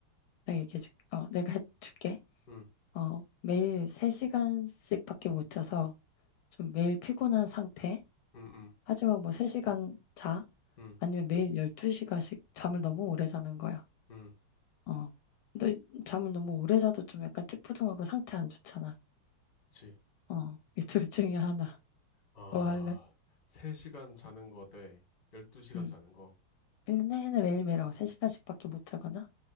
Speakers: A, on the left (about 75°); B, on the left (about 30°).
A: 내가 얘기해줄. 어 내가 해줄게.
B: 음,
A: 어 매일 3시간씩밖에 못 자서 좀 매일 피곤한 상태.
B: 음, 음,
A: 하지만 뭐 3시간 자.
B: 음,
A: 아니면 매일 12시간씩 잠을 너무 오래 자는 거야.
B: 음,
A: 어. 근데 잠을 너무 오래 자도 좀 약간 찌뿌둥하고 상태 안 좋잖아.
B: 그치.
A: 어. 이 둘 중에 하나.
B: 아,
A: 뭐 할래?
B: 3시간 자는 거 대 12시간
A: 응.
B: 자는 거.
A: 1년 내내 매일매일 어, 3시간씩밖에 못 자거나